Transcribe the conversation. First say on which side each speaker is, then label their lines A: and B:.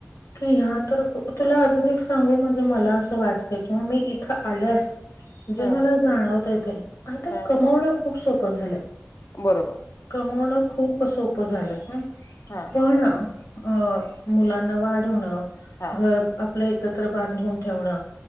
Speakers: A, on the left (about 85°); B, on the left (about 65°).
A: की, ह्या तर तुला अजून एक सांगू म्हणजे मला असं वाटतं किंवा मी इथं आल्यास. जे
B: हां,
A: मला जाणवतय ते आता
B: हां.
A: कमवण खूप सोपं झालंय.
B: बरोबर.
A: कमवण खूप सोपं झालं ह,
B: हा,
A: पण अ मुलांना वाढवणं
B: हां,
A: घर. आपलं एकत्र बांधून ठेवणं